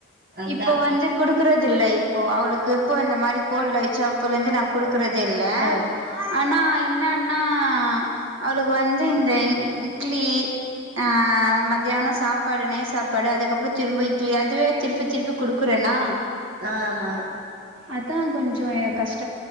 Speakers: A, on the right; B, on the right.
A: அதா
B: இப்போ வந்து குடுக்குறது துல்ல இப்போ அவளுக்கு எப்போ இந்த மாரி கோல்டு ஆயிடுச்சே அப்போலேந்தே நா குடுக் ருக்கறது இல்ல
A: ஓ
B: ஆனா என்ன ன்னா அவளுக்கு வந்து இந்த இ இட்லி ஆ ம சாப்பாடு நெய் சாப்பாடு அதுக்கப்பற திரும்ப இட்லி அதுவே திருப்பி திருப்பி குடுக்குறேன்னா
A: ஆமா
B: அதா கொஞ்ச எனக் கஷ்